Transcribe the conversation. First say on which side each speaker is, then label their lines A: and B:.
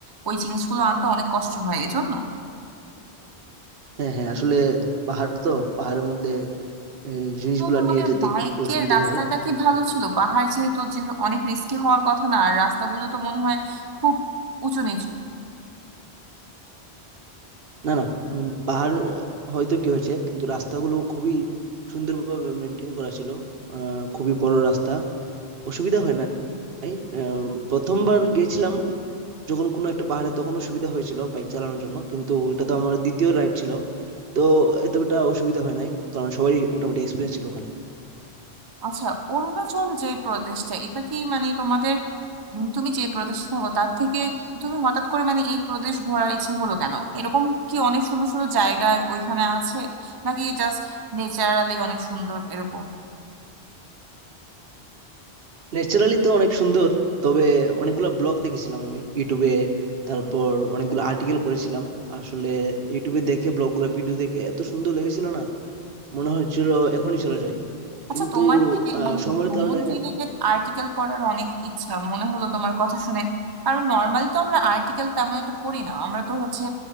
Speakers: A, on the right; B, on the right.
A: ওই জিনিসগুলো আনতে অনেক কষ্ট হয় এজন্য
B: হ্যাঁ হ্যাঁ আসলে পাহাড় তো পাহাড়ের মধ্যে এই জিনিসগুলা
A: তো তোমাদের
B: নিয়ে যেতে
A: বাইকের
B: একটু অসুবিধাই
A: রাস্তাটা
B: হয়
A: কি ভালো ছিল পাহাড় যেহেতু যে অনেক রিস্কি হওয়ার কথা না আর রাস্তাগুলো তো মনে হয় খুব উঁচু নিচু
B: না না উম, পাহাড় আহ, হয়তো কি হয়েছে কিন্তু রাস্তাগুলো খুবই সুন্দরভাবে মেনটেন করা ছিল আহ, খুবই বড় রাস্তা অসুবিধা হয় না নাই। আহ, প্রথমবার গেছিলাম যখন কোনো একটা পাহাড়ে তখন অসুবিধা হয়েছিল বাইক চালানোর জন্য কিন্তু এটা তো আমার দ্বিতীয় রাইড ছিল তো এতটা অসুবিধা হয় নাই কারণ সবাই মোটামুটি এক্সপিরিয়েন্স ছিল ওখানে
A: আচ্ছা অরুণাচল যে প্রদেশটা এটা কি মানে তোমাদের উম, তুমি যে প্রদেশে থাকো তার থেকে তুমি হঠাৎ করে মানে এই প্রদেশ ঘোরার ইচ্ছা হলো কেন এরকম কি অনেক সুন্দর সুন্দর জায়গা ওইখানে আছে নাকি জাস্ট নেচারালি অনেক সুন্দর এরকম
B: ন্যাচারালি তো অনেক সুন্দর তবে অনেকগুলা ব্লগ দেখেছিলাম আমি ইউটিউবে তারপর অনেকগুলো আর্টিকেল পড়েছিলাম আসলে ইউটিউবে দেখে ব্লগগুলো ভিডিও দেখে এত সুন্দর লেগেছিল না মনে হচ্ছিল এখনই চলে যাই
A: আচ্ছা
B: কিন্তু
A: তোমার কি
B: আহ,
A: মানে
B: সময়ের
A: ভ্রমণ
B: কারণে
A: রিলেটেড আর্টিকেল পড়ার অনেক ইচ্ছা মনে হলো তোমার কথা শুনে কারণ নর্মালি তো আমরা আর্টিকেল তেমন একটা পড়ি না আমরা তো হচ্ছে